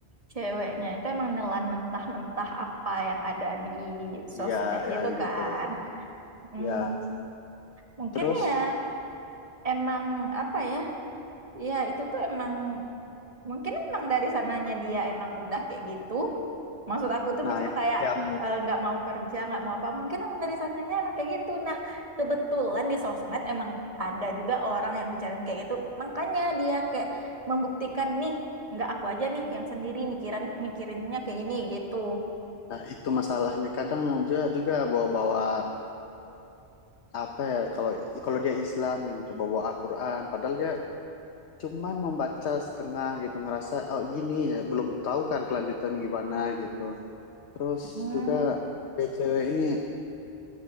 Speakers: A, on the right; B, on the left.
A: ceweknya itu emang nelan mentah-mentah apa yang ada di sosmed
B: Iya, ya
A: gitu
B: begitu.
A: kan. Hmm,
B: Ya,
A: mungkin
B: terus
A: ya emang apa ya? Ya itu tuh emang mungkin emang dari sananya dia emang udah kayak gitu maksud aku tuh
B: nah
A: misal
B: yang,
A: kayak
B: yang
A: eh, nggak mau kerja nggak mau apa mungkin emang dari sananya emang kayak gitu nah kebetulan di sosmed emang ada juga orang yang bicarain kayak gitu makanya dia kayak membuktikan nih nggak aku aja nih yang sendiri mikiran mikirinnya kayak gini gitu
B: nah, itu masalahnya kadang dia juga bawa-bawa apa ya kalau kalau dia Islam bawa-bawa Al-Qur'an padahal dia cuman membaca setengah gitu ngerasa oh gini ya belum tahu kan kelanjutan gimana gitu terus
A: Hmm,
B: juga kayak cewek ini